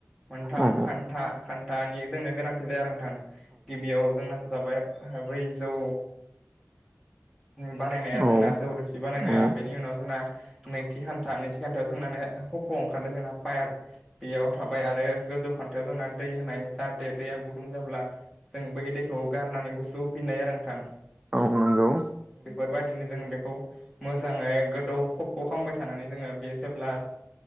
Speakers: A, in the centre; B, on the right (about 20°).
A: मोनथाम
B: औ औ
A: खान्था खान्थानि जोंनो गोनां आरो नोंथां गिबियाव जोंनासो जाबाय बै जौ बानायनाया
B: औ
A: जोंना जौ रोसि बानायनाया
B: औ नंगौ औ
A: बेनि उनाव जोंना नैथि खान्था नैथि खान्थायाव जोंना नो खफ' ओंखारनाय जोंना पाइप बेयाव थाबाय आरो गोजौ खान्थायाव जोंना दै होनाय जाहाथे दैया गुदुं जाब्ला जों बै दैखौ गारनानै गुसु होफिननाय आरो नोंथां
B: औ नंगौ
A: बेफोरबायदिनो जों बेखौ मोजाङै गोदौ खफ' खालामबाय थानानै जोङो बे जेब्ला